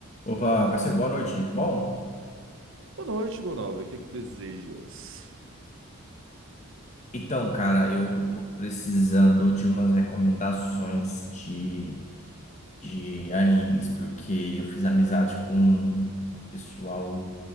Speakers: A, on the left (about 30°); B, on the right (about 60°).
A: Opa, parceiro, boa noite. Bom,
B: Boa noite, meu nobre. O que é que desejas?
A: então, cara, eu tô precisando de umas recomendações de, de animes, porque eu fiz amizade com um um pessoal